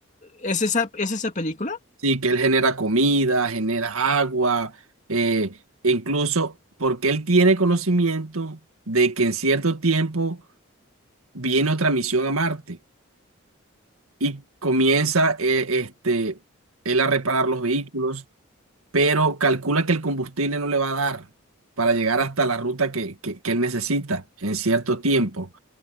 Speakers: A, on the left; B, on the right.
A: ¿es esa, es esa película?
B: Sí, que él genera comida, genera agua, eh, e incluso porque él tiene conocimiento de que en cierto tiempo viene otra misión a Marte y comienza eh, este, él a reparar los vehículos, pero calcula que el combustible no le va a dar para llegar hasta la ruta que, que, que él necesita en cierto tiempo.